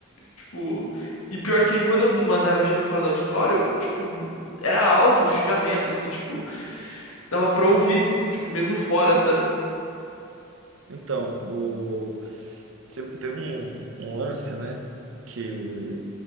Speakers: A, on the left; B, on the right.
A: Tipo, e pior que quando mandaram a gente pra fora do auditório, tipo, era alto o xingamento, assim, tipo, dava pra ouvir, tipo, mesmo fora, sabe?
B: Então, o... teve, teve um, um lance, né? Que.